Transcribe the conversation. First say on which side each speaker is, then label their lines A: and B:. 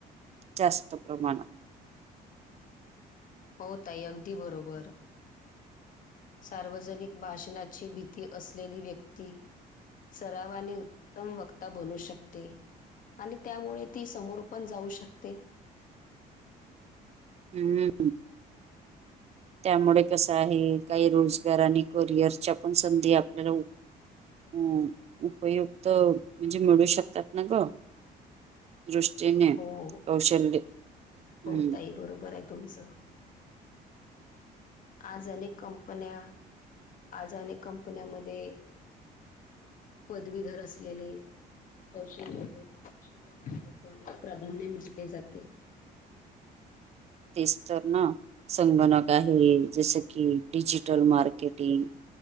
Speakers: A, on the right; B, on the left.
A: जास्त प्रमाणात.
B: हो ताई, अगदी बरोबर. सार्वजनिक भाषणाची, भीती असलेली व्यक्ती सरावाने उत्तम वक्ता बनू शकते. आणि त्यामुळे ती समोर पण जाऊ शकते.
A: हं. त्यामुळे कसं आहे, काही रोजगार आणि करिअरच्या पण संधी आपल्याला उप उ उपयुक्त म्हणजे मिळू शकतात ना गं. दृष्टीने
B: हो.
A: कौशल्यं,
B: हो
A: हं.
B: ताई बरोबर आहे. तुमचं. आज अनेक कंपन्या, आज अनेक कंपन्यामध्ये पदवीधर असलेले कौशल्य लोक, कौशल्य <inaudible> लोकांना प्राधान्य दिले जाते.
A: तेच तर ना. संगणक आहे, जसं की digital marketing,